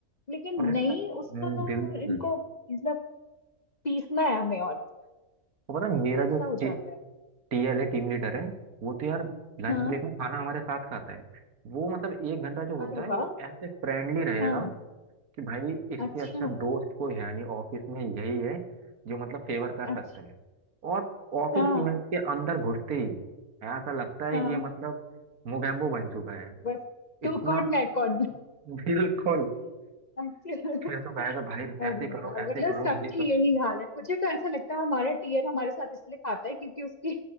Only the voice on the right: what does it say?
और मैं
पता हम्म,
बिल्कुल
तो पता है, मेरा
जो
टीएल है टीम लीडर है वो तो यार लंच
ब्रेक में खाना हमारे साथ खाता है वो मतलब एक घंटा जो होता
है वो
ऐसे फ्रेंडली रहेगा
कि भाई इससे
अच्छा दोस्त कोई है नहीं ऑफिस में यही है जो मतलब फेवर कर सकता
है और ऑफिस
में के अंदर घुसते ही ऐसा लगता है
ये मतलब मोगैम्बो बन चुका है
इतना
<laughs> बिल्कुल
फिर तो कहेगा भाई
ऐसे
करो
ऐसे करो
ये करो